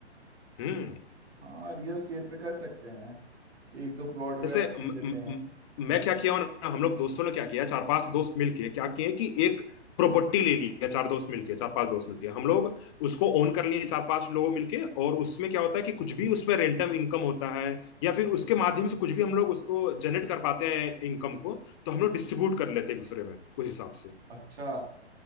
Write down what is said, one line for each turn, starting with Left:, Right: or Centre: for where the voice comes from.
Left: हम्म
Right: हाँ रियल स्टेट पे कर सकते हैं एक दो प्लॉट वगैरह
Left: जैसे
Right: खरीद
Left: म,
Right: लेते
Left: म,
Right: हैं
Left: म, मैं क्या किया हूं ना हम लोग दोस्तों ने क्या किया चार पांच दोस्त मिलके क्या किए कि एक प्रॉपर्टी ले ली है चार दोस्त मिलके चार पांच दोस्त मिलके हम लोग उसको ओन कर लिए चार पांच लोग मिलके और उसमें क्या होता है कि कुछ भी उसमें रेंटम इनकम होता है या फिर उसके माध्यम से कुछ भी हम लोग उसको जनरेट कर पाते हैं इनकम को तो हम लोग डिस्ट्रीब्यूट कर लेते हैं एक दूसरे में उस हिसाब से
Right: अच्छा